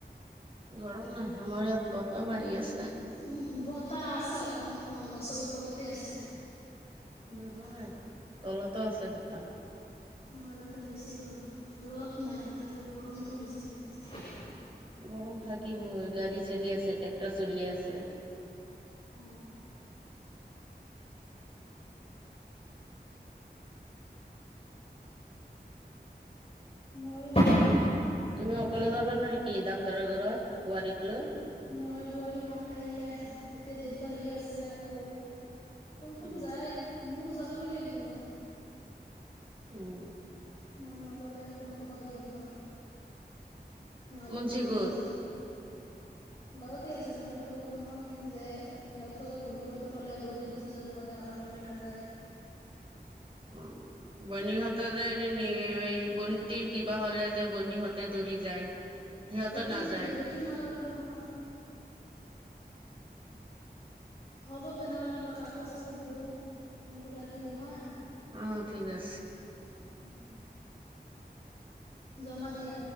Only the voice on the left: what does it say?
উম, বতাহ আছে অকমান অকমান গছৰ ওপৰতে আছে।
বতাহ
আমাৰতো বেছি গৰম ৰদ নাই তথাপিও গৰমতটো বেছি লাগি আছে।
উ, মই এতিয়া <inaudible>
ধুম
নহয় বোৱাৰী মাক আহিলে এতিয়া দেউতা আহি আছে আকৌ কোন
কোন যায় মোৰ যাবই লাগিব মানে।
মই নগ'লে একো নহয় সিহঁতৰ। নহ'লে
ক'ব
যে ঘৰতেই আছে নহ'লে ক'ব নহয় যে সিহঁতৰ ভন্টিহঁতৰ হলে দৌৰি গুচি যাব পাৰে আমাৰ হলে নাযায়।
সেইটোৱেটো
সেইটো নাপাবা নহয়। হ'ব তেনেহ'লে মই কাপোৰ চাপোৰ ধওঁ, ফোনটো ৰাখি দিওঁ হা।
উম, জমা দিয়া।